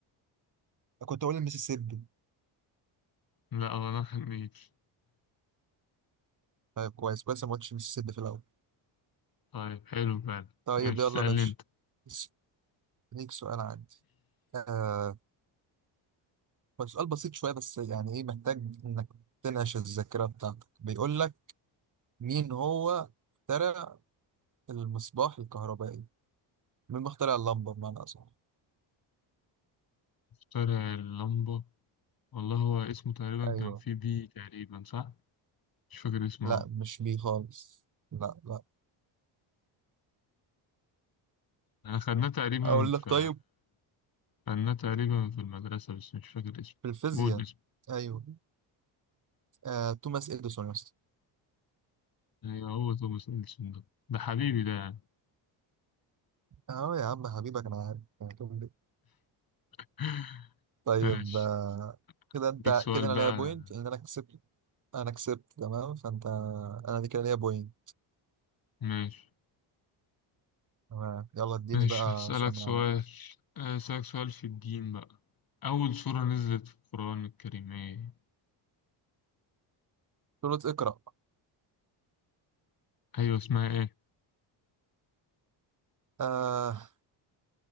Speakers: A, on the right; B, on the left.
A: كنت اقول المسيسيبي
B: لا هو نهر النيل
A: طيب كويس كويس أنا ما قلتش المسيسيبي في الاول
B: طيب حلو فعلا
A: طيب
B: ماشي
A: يلا
B: اسألني
A: يا باشا
B: أنت
A: بس- ليك سؤال عندي آه هو سؤال بسيط شويه بس يعني ايه محتاج انك تنعش الذاكره بتاعتك بيقول لك مين هو اخترع المصباح الكهربائي مين مخترع اللمبة بمعنى أصح
B: شارع اللمبة والله هو اسمه تقريبا
A: أيوه
B: كان في بي تقريبا صح؟ مش فاكر اسمه
A: لا
B: أوي
A: مش بيه خالص لا لا
B: أنا خدناه تقريبا
A: أقول
B: في
A: لك طيب
B: خدناه تقريبا في المدرسة بس مش فاكر اسمه
A: في الفيزياء
B: قول اسمه
A: أيوه آه، توماس إديسون يا اسطى
B: أيوه هو توماس إديسون ده ده حبيبي ده يعني
A: أه يا عم حبيبك أنا عارف يعني تقول لي.
B: <laughs>
A: طيب
B: ماشي
A: آه، كده أنت
B: أديك سؤال
A: كده أنا
B: بقى
A: ليا بوينت لأن أنا كسبت أنا كسبت تمام فأنت أنا دي كده ليا بوينت
B: ماشي
A: تمام يلا اديني
B: ماشي
A: بقى
B: هسألك
A: سؤال
B: سؤال
A: من عندي
B: هسألك سؤال في الدين بقى أول سورة نزلت في القرآن الكريم إيه؟
A: سورة اقرأ
B: أيوه اسمها إيه؟
A: آه